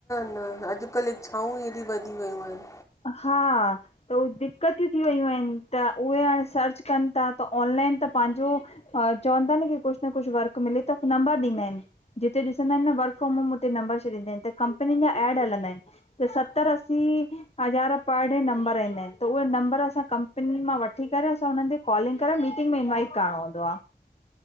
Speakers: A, on the left; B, on the left.
A: हा अॼुकल्ह इच्छाऊं हेॾी वधी वियूं आहिनि।
B: हा त उ दिक़त थी वियूं आहिनि त उहे हाणे सर्च कनि था त ऑनलाइन कु पांजों चवन्ता न पांजो कुछ न कुछ वर्क मिले त पो नम्बर डीन्दा आएन। वर्क फॉर्म होम हुते नंबर छॾींदा कंपनी जा एड हलंदा आहिनि त सतर असी हज़ार पर डे नंबर ईंदा आहिनि त उहे नंबर असां कंपनी मां वठी करे असां हुननि ते कॉलिंग करे मी ंमीटिंग में इनवाइट करणो हूंदो आहे।